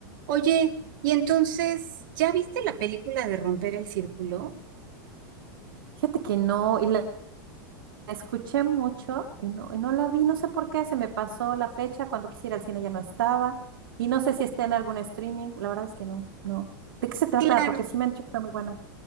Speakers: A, on the right; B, on the right.
A: Oye, y entonces, ¿ya viste la película de Romper el Círculo?
B: Fíjate que no, y la la escuché mucho y no, y no la vi, no sé por qué, se me pasó la fecha, cuando quisiera al cine ya no estaba, y no sé si está en algún streaming, la verdad es que no, no. ¿De qué se trata?
A: Claro.
B: Porque sí me han dicho que está muy buena.